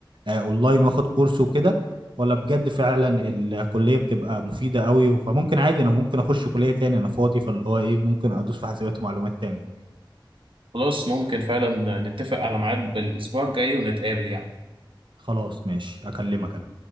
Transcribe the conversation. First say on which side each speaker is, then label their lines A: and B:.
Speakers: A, on the right (about 65°); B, on the right (about 85°).
A: آه، اونلاين واخد كورس وكده ولا بجد فعلا الكلية بتبقى مفيدة قوي فممكن عادي انا ممكن اخش كلية تاني انا فاضي فاللي هو ايه ممكن ادوس في حاسبات ومعلومات تاني
B: خلاص ممكن فعلا نتفق على ميعاد بالاسبوع الجاي ونتقابل يعني
A: خلاص ماشي اكلمك انا